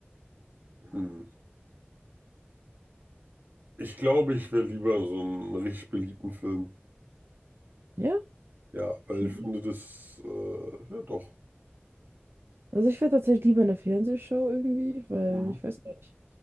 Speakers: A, on the right (about 50°); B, on the right (about 65°).
A: Hm. Ich glaube, ich wäre lieber so einen richtig beliebten Film.
B: Ja,
A: Ja, weil
B: okay.
A: ich finde das, äh, ja doch.
B: Also ich wäre tatsächlich lieber in der Fernsehshow irgendwie, weil
A: Mhm.
B: ich weiß nicht,